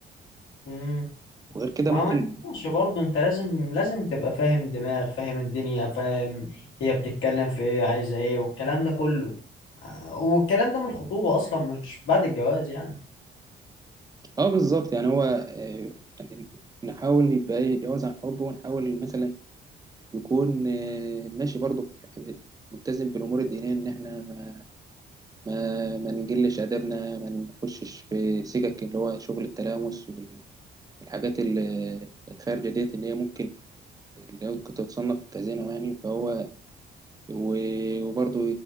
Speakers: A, on the left; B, on the right.
A: امم
B: وغير كده
A: ما
B: ممكن
A: ما ينفعش برضه انت لازم لازم تبقى فاهم دماغ فاهم الدنيا فاهم هي بتتكلم في ايه عايزة ايه والكلام ده كله آه، والكلام ده من الخطوبة اصلا مش بعد الجواز يعني
B: اه بالظبط يعني هو آه، يعني نحاول يبقى يتجاوز عن حبه ونحاول مثلا يكون آه، ماشي برضه في في- ملتزم بالامور الدينيه ان احنا ما ما, ما نجلش ادبنا ما نخشش في سكك اللي هو شغل التلامس وال- والحاجات ال- الخارجه ديت اللي هي ممكن اللي هي ممكن تتصنف كزنا يعني فهو و- وبرضه